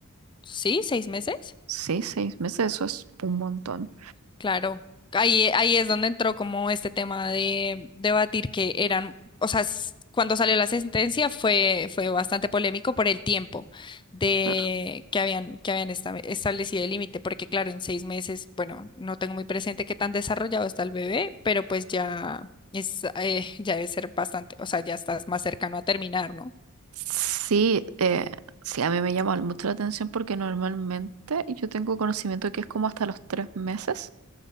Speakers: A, on the left; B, on the right.
A: sí, seis meses.
B: Sí, seis meses, eso es un montón.
A: Claro, ahí, ahí es donde entró como este tema de debatir que eran, o sea, s- cuando salió la sentencia fue, fue bastante polémico por el tiempo de
B: Claro.
A: que habían, que habían esta- establecido el límite, porque claro, en seis meses, bueno, no tengo muy presente qué tan desarrollado está el bebé, pero pues ya es, eh, <laughs> ya debe ser bastante, o sea, ya estás más cercano a terminar, ¿no?
B: Sí, eh, sí, a mí me llama mucho la atención porque normalmente yo tengo conocimiento que es como hasta los tres meses